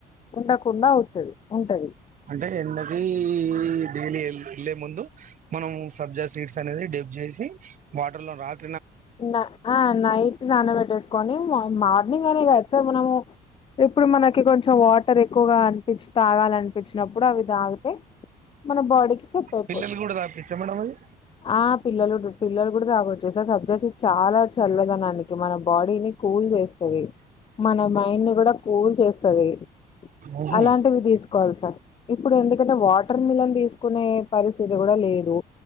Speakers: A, on the left; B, on the right.
A: ఉండకుండా అవుతుంది ఉంటది
B: అంటే ఎండకి డైలీ వెళ్ళే ముందు మనం సబ్జా సీడ్స్ అనేది డెబ్ చేసి వాటర్ లో రాల్
A: న ఆ నైట్ నాన పెట్టేసుకొని మార్ మార్నింగ్ అనే కాదు సార్ మనము ఇప్పుడు మనకి కొంచెం వాటర్ ఎక్కువగా అనిపించి తాగాలనిపించినప్పుడు అవి తాగితే మన బాడీకి సెట్ అయిపోద్ది
B: పిల్లలు కూడా తాపిచ్చా మేడం అది
A: ఆ పిల్లలు పిల్లలు కూడా దాగొచ్చ సార్ సబ్ ఇదాస్ చాలా చల్లదనానికి మన బాడీని కూల్ చేస్త టది మన మైండ్ ని కూడా కూల్ చేస్తది
B: ఓహో
A: అలాంటివి తీసుకోవాలి సార్ ఇప్పుడు ఎందుకంటే వాటర్ మిలన్ తీసుకునే పరిస్థితి కూడా లేదు